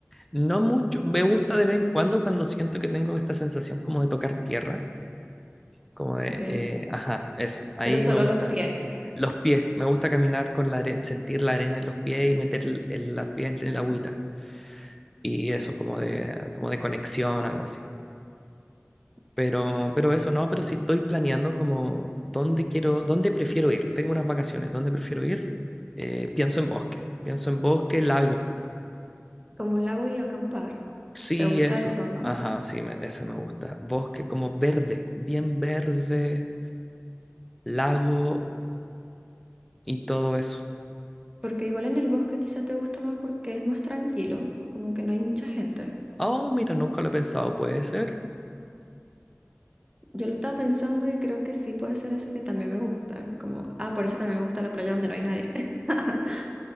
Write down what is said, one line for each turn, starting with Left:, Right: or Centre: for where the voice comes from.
Centre: No mucho, me gusta de vez en cuando cuando siento que tengo esta sensación como de tocar tierra, como de,
Right: ok.
Centre: eh, ajá, eso, ahí
Right: Pero solo
Centre: me gusta
Right: los pies,
Centre: Los pies, me gusta caminar con la arena, sentir la arena en los pies y meter el- el- las pies en el agüita. Y eso, como de, como de conexión, algo así. Pero, pero eso no, pero si estoy planeando como dónde quiero, dónde prefiero ir. Tengo unas vacaciones, ¿dónde prefiero ir? Eh, pienso en bosque, pienso en bosque, lago.
Right: como un lago y acampar.
Centre: Sí,
Right: ¿Te gusta
Centre: eso.
Right: eso, no
Centre: Ajá, sí, me- ese me gusta. Bosque como verde, bien verde, lago y todo eso.
Right: Porque igual en el bosque quizá te gusta más porque es más tranquilo, como que no hay mucha gente.
Centre: Oh, mira,
Right: Y
Centre: nunca lo he pensado, puede ser.
Right: yo lo estaba pensando y creo que sí puede ser eso que también me gusta. Como, ah, por eso también me gusta la playa donde no hay nadie. <laughs>